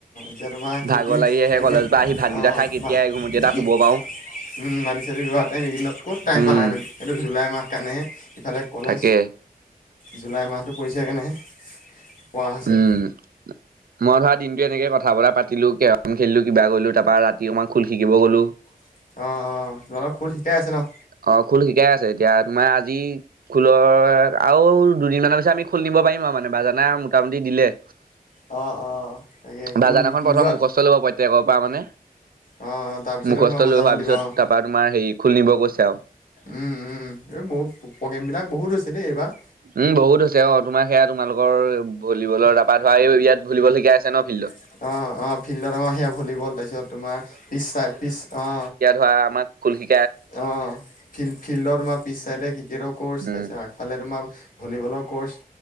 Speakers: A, on the left; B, on the right.
A: যেতিয়া তোমাৰ খেতি
B: ভাগৰ লাগি আহে
A: খেতি
B: কলেজৰ
A: <unintelligible>
B: পৰা আহি ভাতকেইটা খাই কেতিয়া এঘুমুটি এটা শুব পাৰো
A: উম, মাটি চি ৰোৱা টাইম এদিনত কত টাইম
B: উম।
A: পালাহেতেন এইটো জুলাই মাহ কাৰণেহে। ইফালে কলেজ
B: তাকে
A: জুলাই মাহটো পৰিছেকাৰনেহে। পোৱা হৈছে।
B: উম মই ধৰা দিনটো এনেকে কথা বতা পাতিলো কেৰম খেলিলো কিবা কৰিলো তাৰপ পৰা ৰাতি অকণমান খুল শিকিব গ'লো।
A: অ', অ', তোমালোকৰ খোল শিকাই আছে ন?
B: অ', খোল শিকাই আছে এতিয়া তোমাৰ আজি খোলৰ আৰু দুদিন মানৰ পিছত আমি খুল নিব দিব পাৰিম আৰু মানে বাজানে মোটামুটি দিলে।
A: অ', অ'। তাকে খোল
B: বাজান এখন প্ৰথম
A: নিজৰ
B: মুখস্থ ল'ব প্ৰত্যেকৰ পৰা মানে।
A: অ' তাৰপিছতে
B: মুখস্থ
A: তোমাৰ বজাব
B: লৈ হোৱাৰ
A: লাগিব
B: পিছত
A: অ'
B: তাৰাপা তোমাৰ হেৰি খুলনিব কৈছে আৰু।
A: উম, উম, এই বহুত প্ৰগ্ৰেম বিলাক বহুত হৈছে দেই এইবাৰ।
B: উম, বহুত আ হৈছে অ তোমাৰ সেয়া তোমালোকৰ ভলীবলৰ তপা ধৰা ইয়াত ভলীবল শিকাই আছে ন ফিল্ডত।
A: অ', অ', ফিল্ডত আমাৰ সেয়া ভলীবল তাৰপিছত তোমাৰ পিছ পিছ অ
B: বা আমাক স্কুল শি
A: অ', ফি-ফিল্ডৰ তোমাৰম পিছ চাইড ক্ৰিকেটৰ ক'ৰচ
B: উম
A: পাইছা আগফালে তোমাৰ ভলীবলৰ কৰ্চ